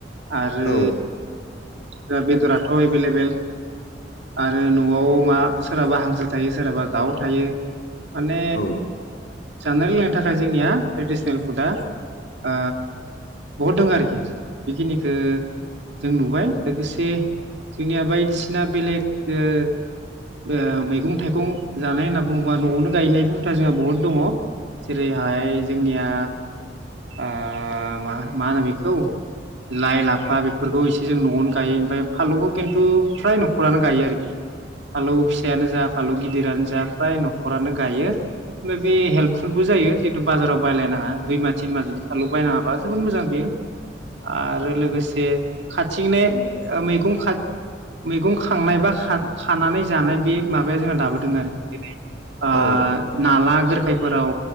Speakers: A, on the right; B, on the left.
A: आरो
B: औ
A: दा बेदर आथ एभेलेबेल आरो न'आव मा सोरहाबा हांसो थायो सोरहाबा दाउ थायो माने
B: औ
A: जानाय लोंनायनि थाखाय जोंनिया ट्रेडिसनेल फुडा ओ बहुद दोङो आरोखि बेखिनिखो जों नुबाय लोगोसे जोंनिया बायदिसिना बेलेग ओ ओ मैगं थाइगं जानाय होनना बुङोबा न'आवनो गायनाय बो हुथा जोंहा बहुद दङ जेरैहाय जोंनिया ओ मा मा होनो बेखौ लाइ लाफा बेफोरखौ एसे जों न'आवनो गायो ओमफ्राय फानलौखौ खिन्थु फ्राय न'खरानो गायो आरोखि फालौ फिसायानो जा फालौ गिदिरानो जा फ्राय न'खरानो गायो ओमफाय बे फुलबो जायो जितु बाजाराव बायलायनाङा दुइ मा तिन मा जुदि फालु बायनाङाबा जोबोद मोजां बियो आरो लोगोसे खाथिंने ओ मैगं खा मैगं खांनाय बा खा खानानै जानाय बे माबाया जोंहा दाबो दोङो आरो जेरै ओ
B: औ
A: नाला गोरखाय फोराव